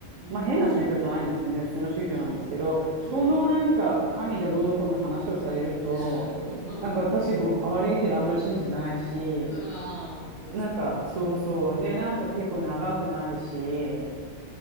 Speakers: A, on the right (about 70°); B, on the left (about 70°).
A: まあ変な宗教じゃないんですけどね、
B: ん。
A: 普通の宗教なんですけど、
B: うん。うん。
A: そのなんか神がどうのこうの話をされると、
B: <laughs>
A: なんか私ご、悪いけどあんまり信じてないし、
B: ああ、そうですね。
A: なんかそうそう、
B: うん。
A: で、なんか結構長くなるし、